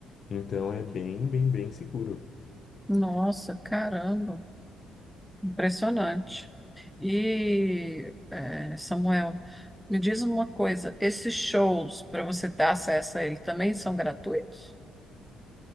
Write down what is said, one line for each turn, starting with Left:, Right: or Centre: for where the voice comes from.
Left: Então, é bem, bem, bem seguro.
Centre: Nossa, caramba, impressionante. E, eh, Samuel, me diz uma coisa: esses shows, para você ter acesso a ele, também são gratuitos?